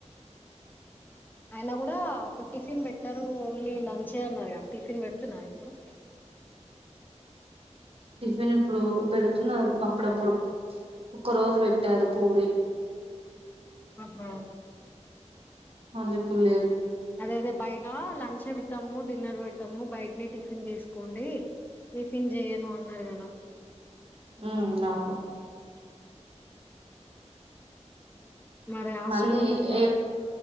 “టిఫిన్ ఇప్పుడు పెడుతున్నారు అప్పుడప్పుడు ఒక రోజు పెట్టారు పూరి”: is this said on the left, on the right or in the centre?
Right